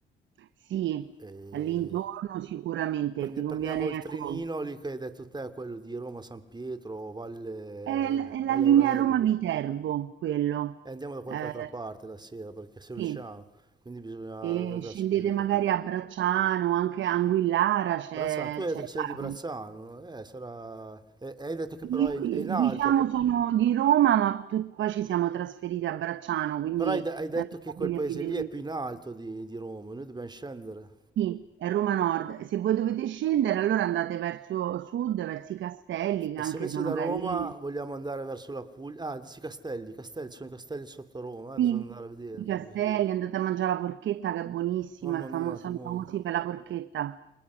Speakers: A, on the right; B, on the right.
A: Sì,
B: e
A: all'intorno sicuramente
B: Prendi-
A: vi
B: prendiamo
A: conviene,
B: il trinino
A: ecco.
B: lì che hai detto te, quello di Roma, San Pietro, Valle,
A: È l è la
B: Valle
A: linea
B: Aurelia,
A: Roma-Viterbo quello.
B: e andiamo da qualche
A: Ehm,
B: altra parte la sera perché se riusciamo,
A: sì.
B: quindi bisogna
A: E
B: organizzarsi
A: scendete
B: così, ho capito.
A: magari a Bracciano, anche a Anguillara c'è
B: Brazzano, tu hai
A: c'è
B: detto che sei
A: l'Ape.
B: di Brazzano, no? Eh, sarà... e- e hai detto che però
A: Io,
B: è in,
A: i
B: è in alto,
A: diciamo sono di Roma, ma tu poi ci siamo trasferiti a Bracciano, quindi
B: però hai, de- hai detto
A: la mia
B: che
A: famiglia
B: quel paese
A: vive
B: lì
A: lì.
B: è più in alto di, di Roma, noi dobbiamo scendere.
A: Sì, è Roma Nord. Se voi dovete scendere, allora andate verso sud, verso i castelli, che
B: E
A: anche
B: se invece
A: sono
B: da Roma
A: carini.
B: vogliamo andare verso la Puglia, ah, dici Castelli, Castelli, ci sono i castelli sotto Roma, eh,
A: Sì,
B: bisogna andare a vedere
A: i
B: quelli.
A: castelli,
B: lì.
A: andate a mangiare la porchetta che è buonissima,
B: Mamma
A: è
B: mia,
A: famo- sono
B: che buono.
A: famosi per la porchetta.